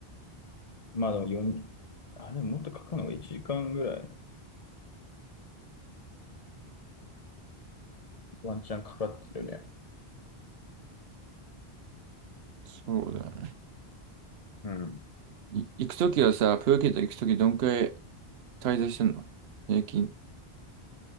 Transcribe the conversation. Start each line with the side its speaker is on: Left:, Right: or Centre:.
Left: まあでも4、あれ、もっとかかるのが1時間ぐらい、ワンチャンかかってるね。
Right: そうだよね。
Left: うん。
Right: い行くときはさ、プーケット行くときどんくらい滞在してんの平均。